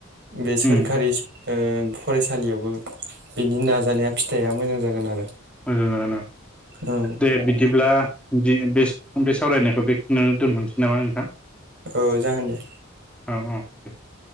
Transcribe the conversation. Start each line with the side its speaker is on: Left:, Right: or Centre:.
Right: बे सोरखारि
Centre: उम
Right: ओ फरायसालियावबो बिनि नाजानाया फिथाइया मोजां जागोन आरो
Centre: मोजां जागोन ओ
Right: औ
Centre: दे बिदिब्ला दिनैनि बे बे सावरायनायखौ बेखिनियावनो दोनहरनोसै नामा नोंथां
Right: औ जागोन दे
Centre: उम